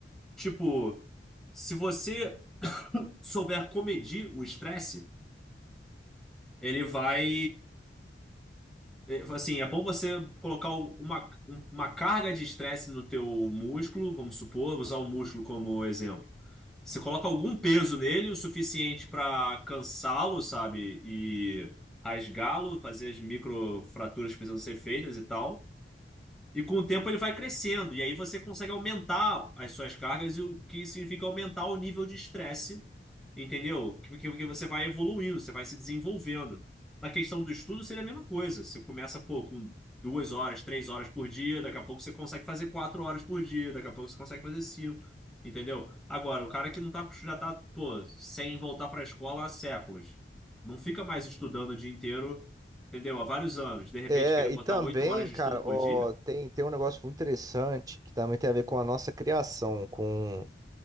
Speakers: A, in the centre; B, on the right.
A: Tipo, se você souber comedir o estresse, ele vai, é, assim, é bom você colocar uma, uma carga de estresse no teu músculo, vamos supor, usar o músculo como exemplo. Você coloca algum peso nele, o suficiente para cansá-lo, sabe? E rasgá-lo, fazer as microfraturas que precisam ser feitas e tal. E com o tempo ele vai crescendo, e aí você consegue aumentar as suas cargas, e o que significa aumentar o nível de estresse, entendeu? Que- que- Porque você vai evoluindo, você vai se desenvolvendo. Na questão do estudo, seria a mesma coisa. Você começa, pô, com duas horas, três horas por dia, daqui a pouco você consegue fazer quatro horas por dia, daqui a pouco você consegue fazer cinco, entendeu? Agora, o cara que não tá, já tá, pô, sem voltar para a escola há séculos, não fica mais estudando o dia inteiro, entendeu? Há vários anos, de repente
B: É,
A: querer botar
B: e também,
A: oito horas de
B: cara,
A: estudo por
B: ó,
A: dia.
B: tem, tem um negócio muito interessante que também tem a ver com a nossa criação, com,